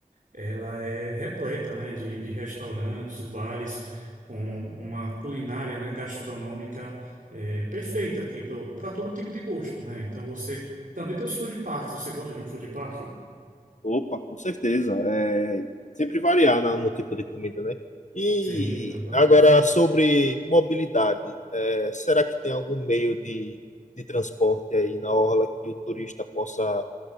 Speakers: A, on the right; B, on the left.
A: ela é repleta, né, de, de restaurantes, bares, com uma culinária, né, gastronômica eh, perfeita aqui para todo tipo de gosto, né? Então você também tem os food parks. Você gosta de um food park?
B: Opa, com certeza. É, sempre variar na- no tipo de comida, né? E
A: Sim, exatamente.
B: agora sobre mobilidade, é, será que tem algum meio de, de transporte aí na orla que o turista possa,